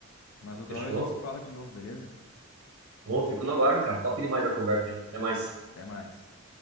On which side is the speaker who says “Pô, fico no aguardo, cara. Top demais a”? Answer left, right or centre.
Right